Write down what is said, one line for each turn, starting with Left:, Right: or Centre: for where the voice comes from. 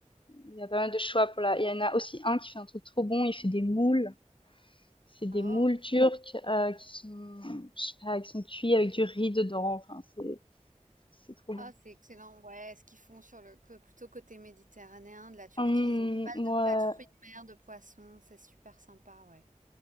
Left: il y a pas mal de choix pour la. Il y en a aussi un qui fait un truc trop bon. Il fait des moules. C'est des
Right: Oh.
Left: moules turques euh, qui sont, je sais pas, qui sont cuits avec du riz dedans. Enfin, c'est, c'est trop bon.
Right: Ah, c'est excellent. Ouais, ce qu'ils font sur le co- plutôt côté méditerranéen de la Turquie,
Left: Hum,
Right: ils ont pas mal de
Left: ouais.
Right: plats de fruits de mer, de poissons, c'est super sympa, ouais.